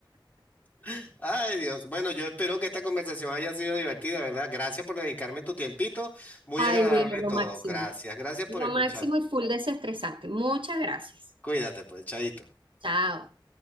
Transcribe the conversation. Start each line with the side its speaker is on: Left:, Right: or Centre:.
Left: <laughs> Ay, Dios. Bueno, yo espero que esta conversación haya sido divertida, ¿verdad? Gracias por dedicarme tu tiempito. Muy
Right: Ay,
Left: agradable
Right: Wilmer, lo
Left: todo.
Right: máximo.
Left: Gracias, gracias
Right: Lo
Left: por escuchar.
Right: máximo y full desestresante. Muchas gracias.
Left: Cuídate, pues, chaito.
Right: Chao.